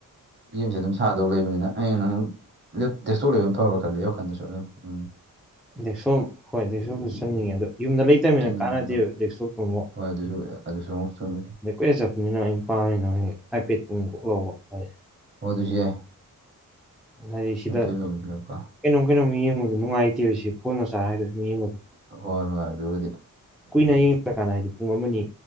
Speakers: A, on the right; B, in the centre.
A: ꯌꯦꯦꯝꯁꯦ ꯑꯗꯨꯝ ꯁꯥꯅꯗꯧ ꯂꯩꯕꯅꯤꯅ ꯑ ꯅꯪ ꯗꯦꯛꯁꯇꯣꯛꯞ ꯂꯩꯕ ꯑꯃ ꯐꯔꯥ ꯈꯜꯂꯦ ꯋꯥꯈꯜꯗꯁꯨ ꯑꯗꯨꯝ ꯎꯝ
B: ꯑꯁꯣꯝ ꯍꯣꯏꯦꯛꯁꯣꯝꯁꯨ ꯆꯪꯅꯤꯡꯉꯦ ꯑꯗꯣ ꯌꯨꯝꯗ ꯂꯩ
A: ꯆꯠꯅꯤꯡꯕꯅꯤꯀꯣ
B: ꯀꯥꯟꯅꯗꯤꯁꯨ ꯗꯦꯛꯁꯇꯣꯞ
A: ꯍꯣꯏ ꯑꯗꯨꯁꯨ ꯑꯗꯨꯁꯨ ꯑꯃꯨꯛ ꯆꯨꯝꯃꯤ
B: ꯅꯀ꯭ꯋꯦꯁ ꯆꯠꯄꯅꯤꯅ ꯑꯩ ꯄꯥꯝꯃꯤꯅ ꯍꯦꯛ ꯍꯥꯏꯐꯦꯠ ꯄꯨꯡ ꯀꯥꯎꯛ ꯂꯧꯕ ꯍꯥꯏ
A: ꯑꯣ ꯑꯗꯨꯁꯨ ꯌꯥꯏ
B: ꯍꯥꯏꯗꯤ ꯁꯤꯗ
A: ꯑꯥꯏꯄꯦꯠ
B: ꯀꯩꯅꯣꯝ
A: ꯂꯧꯕꯤꯕꯀꯣ
B: ꯀꯩꯅꯣꯝ ꯌꯦꯡꯕꯗꯣ ꯅꯨꯡꯉꯥꯏꯇꯦꯕ ꯁꯤ ꯐꯣꯟꯅ ꯆꯥꯔ ꯍꯥꯏꯗ ꯃꯤꯠ ꯌꯦꯡꯕꯗꯣ
A: ꯍꯣꯏ ꯍꯣꯏ ꯑꯗꯨꯕꯨꯗꯤ
B: ꯀꯨꯏꯅ ꯌꯦꯡ꯭ꯔꯀꯥꯟꯗ ꯍꯥꯏꯗꯤ ꯄꯨꯡ ꯑꯃꯅꯤ